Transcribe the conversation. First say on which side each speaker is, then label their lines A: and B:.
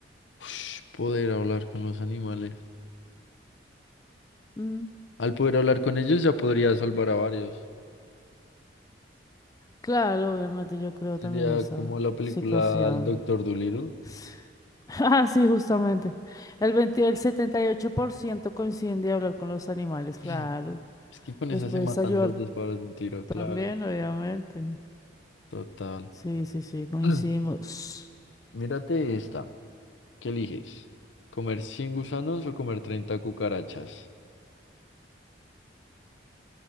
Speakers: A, on the left; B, on the left.
A: Ush, poder hablar con los animales.
B: Mm,
A: Al poder hablar con ellos ya podría salvar a varios.
B: claro, obviamente yo creo
A: Sería
B: también esa
A: como la película
B: situación.
A: El Doctor Dolittle.
B: <laughs> Ah, sí, justamente. El 20, el 78% coincide en hablar con los animales, claro.
A: <clears throat> Es que con
B: Los
A: esa
B: puedes
A: se matan
B: ayudar
A: los dos pájaros de un tiro,
B: también,
A: claro.
B: obviamente.
A: Total.
B: Sí, sí, sí, coincidimos.
A: <clears throat> Mírate esta. ¿Qué eliges? ¿Comer 100 gusanos o comer 30 cucarachas?